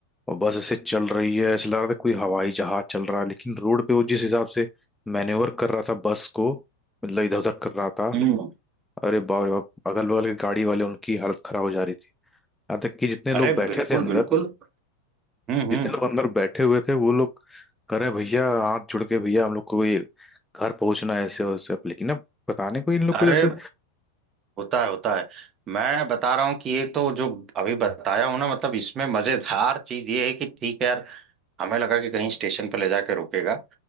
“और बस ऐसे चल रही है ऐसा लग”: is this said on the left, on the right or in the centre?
Centre